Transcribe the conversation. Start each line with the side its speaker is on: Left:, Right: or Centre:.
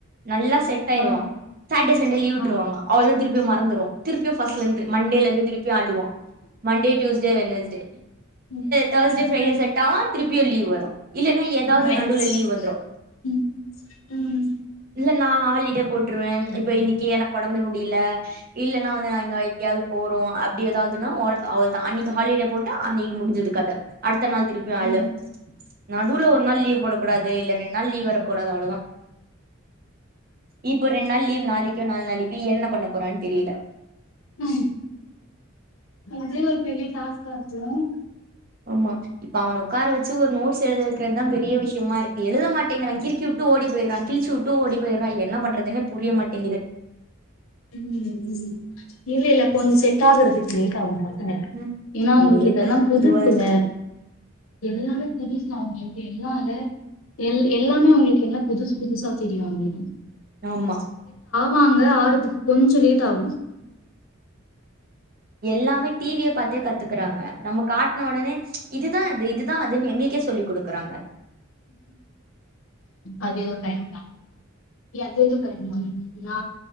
Right: நல்லா செட் ஆயிருவா
Left: ஆ ஆ
Right: சாட்டர்டே சண்டே லீவ்வுட்ருவாங்க
Left: ஆ
Right: அவ்ளதா திருப்பியு மாற மருந்துரு திருப்பியு ஃபஸ்ட்லருந்து மண்டேல இருந்து திருப் அழுவா மண்டே டூயுஸ்டே வெனஸ்டே
Left: ம்
Right: தேர்ஸ்டே
Left: ம்
Right: ஃபிரைடே
Left: ம்
Right: செட் ஆவா திருப் ப்பயு லீவு வரு இல்லனா ஏதாவது
Left: நைஸ்
Right: நடுவுல லீவ் வந்துரு
Left: ம் ம்
Right: இல்ல நா ஹாலிடே போட்ருவே
Left: ம்
Right: இப்ப இன்னைக்கு எனக்கு ஒடம்பு முடியல இல்லனா வந்து நா எங்க எங்கேயாவது போறோ அப் ஏதாவதுனா ஓ அவள்தா அன்னைக்கு ஹாலிடே போட்டா அன்னைக்கு முடி ஞ்சது கத அடுத் த்தநாள் திருப்பி அள
Left: ம்
Right: நடுவுல ஒரு நாள் லீவ் போடக்கூடாது இல்ல ரெண்டு நாள் லீவ் வர கூடாது அவ்ளதா இப்போ ரெண்டு நாள் லீவ் நாளைக்கோ நாலுனாளைக்கு என்ன பண்ண போறான் தெரியல
Left: உ அதே ஒரு பெரிய டாஸ்கா இருக்கு உ
Right: ஆமா இப்ப அவன உக்கார வச் சு ஒரு நோட்ஸ் எழுதவக்கிறதுதா பெரிய விஷயமா இருக்கு எழுதமாட்டேங்கிறா கிருக்கி வுட்டு ஓடி போயிர்றா தீ சுட் டு ஓடி போயிர்றா என்ன பண்றதுனே புரிய மாட்டெங்குது
Left: ம் ம் இல்லெல்ல கொஞ்சொ செட் ஆகுறதுக்கு லேட்டா ஆவுக்கா
Right: ம்
Left: இல்ல அவுங்களுக்கு
Right: ஒரே
Left: இதெல்லா
Right: க
Left: புதுசுல
Right: இதுவா இருக்கு
Left: எல்லாமே புதுசு அவுங்களுக் கென்னால எல் எல்லாமே அவுங்களுக்கு என்ன புதுசு புதுசா தெரியு அவுங்ளுக்கு அவுங்களுக்கு
Right: ஆமா
Left: வாங்க ஆறுது கொஞ்ச லேட்டாகு
Right: எல்லாமே டி வி ய பாத்தே கத்துக்குறாங்க நம்ம காட்ன ஒடனே இதுதா இது இதுதா அதுன் எங்களுக்கே சொல்லி குடுக்குறாங்க
Left: அதேதொ டைம்தா அதெதோ <unintelligible> நா